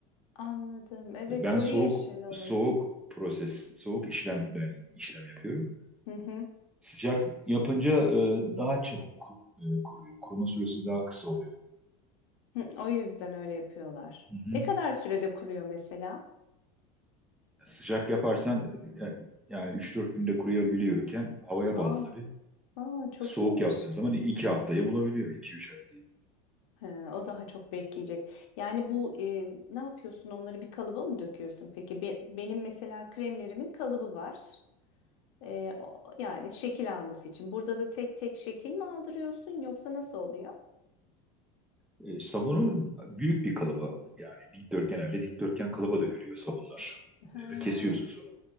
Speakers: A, on the left (about 75°); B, in the centre.
A: anladım. Evet
B: E, Ben
A: koyu
B: soğuk
A: yeşil olur.
B: soğuk proses, soğuk işlemden işlem yapıyorum.
A: Hı hı.
B: Sıcak yapınca e, daha çabuk ku- e, kuruyor. Kuruma süresi daha kısa oluyor.
A: Hı, o yüzden öyle yapıyorlar.
B: Hı hı.
A: Ne kadar sürede kuruyor mesela?
B: Sıcak yaparsan e, yani 3-4 günde kuruyabiliyorken havaya
A: Aa,
B: bağlı tabii.
A: aa çok
B: Soğuk
A: iyiymiş.
B: yaptığın zaman 2 haftayı bulabiliyor. iki üç haftayı.
A: He, o daha çok bekleyecek. Yani bu e, ne yapıyorsun? Onları bir kalıba mı döküyorsun? Peki Be- benim mesela kremlerimin kalıbı var. Ee, o- yani şekil alması için. Burada da tek tek şekil mi aldırıyorsun yoksa nasıl oluyor?
B: E, sabunu büyük bir kalıba yani dikdört genelde dikdörtgen kalıba dökülüyor sabunlar.
A: Ha.
B: E, kesiyorsun sonra.